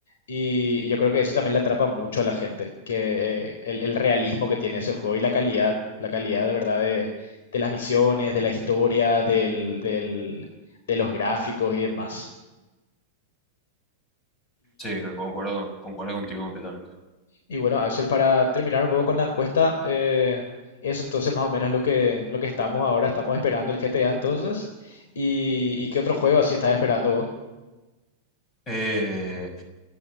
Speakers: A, on the left; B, on the left.
A: Y, y yo creo que eso también le atrapa mucho a la gente, que eh, el, el realismo que tiene ese juego y la calidad, la calidad de verdad de, de las misiones, de la historia, del, del- de los gráficos y demás.
B: Sí, concuerdo, concuerdo contigo completamente.
A: Y bueno, Axel, para terminar un poco con la encuesta, eh, eso entonces más o menos lo que, lo que estamos ahora, estamos esperando el GTA entonces. ¿Y, y qué otro juego así estás esperando vos?
B: Eh,